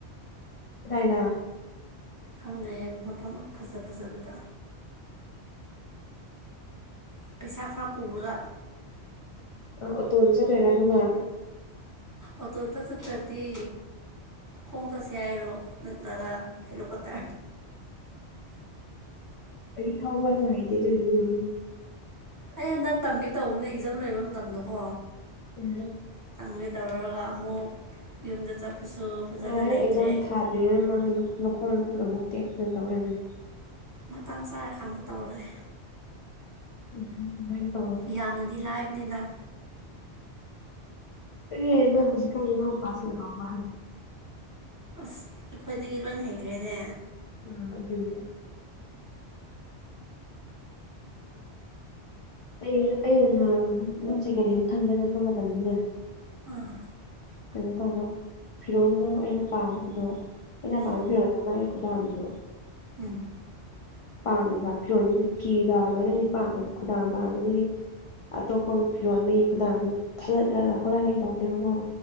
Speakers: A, on the left (about 60°); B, on the right (about 20°).
A: ꯇꯥꯏꯅ
B: ꯈꯪꯗꯦ ꯃꯐꯝ ꯐꯖ ꯐꯖꯕꯗ ꯄꯩꯁꯥ ꯈꯔ ꯄꯨꯔꯒ
A: ꯑ ꯑꯣꯇꯣꯗꯨ ꯆꯠꯠꯇꯣꯏꯔꯥ ꯑꯗꯨꯒ
B: ꯑ ꯇꯣꯗ ꯆꯠꯇꯗꯤ ꯈꯣꯡ ꯆꯠꯁꯤꯦ ꯍꯥꯏꯔꯣ ꯅꯠꯇ꯭ꯔꯒ ꯍꯦꯂꯣꯀꯇꯥ
A: ꯑꯩ ꯊꯧꯕꯁꯨ ꯍꯥꯏꯩꯇꯦ ꯑꯗꯨ ꯎꯝ
B: ꯑꯩ ꯍꯟꯗꯛ ꯇꯝꯒꯦ ꯇꯧꯕꯅ ꯑꯦꯛꯖꯥꯝ ꯂꯩꯕ ꯃꯇꯝꯗꯣꯀꯣ
A: ꯎꯝ
B: ꯇꯝꯒꯦ ꯇꯧꯔꯨꯔꯒ ꯑꯃꯨꯛ ꯌꯨꯝꯗ ꯆꯠꯄꯁꯨ ꯐꯖꯅ
A: ꯌꯥꯔꯦ
B: ꯂꯩꯇ꯭ꯔꯦ
A: ꯑꯦꯛꯖꯥꯝ ꯊꯥꯗ꯭ꯔꯤꯉꯩ ꯃ ꯃꯈꯣꯡ ꯃꯈꯨꯠ ꯑꯃꯨꯛ ꯇꯦꯛꯇꯨꯅ ꯇꯧꯔꯝꯅꯦ
B: ꯃꯇꯥꯡ ꯆꯥꯔꯀꯥꯟꯗ ꯇꯧꯔꯑꯦ
A: ꯎꯝ ꯃꯥꯏ ꯇ
B: ꯌꯥꯝꯅꯗꯤ ꯂꯥꯏꯕꯅꯤꯗ
A: ꯐꯟꯅ ꯍꯧꯖꯤꯀꯩꯅ ꯄꯥꯁꯤ ꯄꯕ
B: ꯑꯁ ꯑꯩꯈꯣꯏꯗꯒꯤ ꯂꯣꯏ ꯍꯩꯈ꯭ꯔꯦꯅꯦ
A: ꯎꯝ ꯑꯗꯨꯅꯦ ꯑꯩ ꯑ ꯑꯗꯨꯝ ꯁꯦꯀꯦꯟ ꯍꯦꯟ ꯈꯟꯕ ꯆꯠꯄ ꯃꯇꯝꯗꯅꯦ
B: ꯑꯥ
A: ꯀꯩꯅꯣ ꯇꯧꯕ ꯐꯤꯔꯣꯜꯗꯣ ꯑꯩꯅ ꯄꯥꯝꯕꯗꯣ ꯑꯩꯅ ꯑꯄꯥꯝꯕ
B: ꯎꯝ
A: ꯐꯤꯔꯣꯜ ꯃꯥꯏ ꯈꯨꯗꯥꯝꯗꯣ
B: ꯎꯝ
A: ꯄꯥꯝꯕ ꯐꯤꯔꯣꯟꯜꯗꯨꯒꯤ ꯐꯤꯗ ꯂꯣꯏꯅꯗꯤ ꯄꯥꯝꯃꯦꯕ ꯈꯨꯗꯥꯡ ꯄꯥꯝꯗꯨꯗꯒꯤ ꯑꯇꯣꯞꯄ ꯐꯤꯔꯣꯜꯗꯒꯤ ꯈꯨꯗꯥꯝꯗꯣ ꯊꯥꯗꯠꯂꯒ ꯍꯧꯔꯛꯑꯒꯦ ꯇꯧꯕꯅꯦꯕꯀꯣ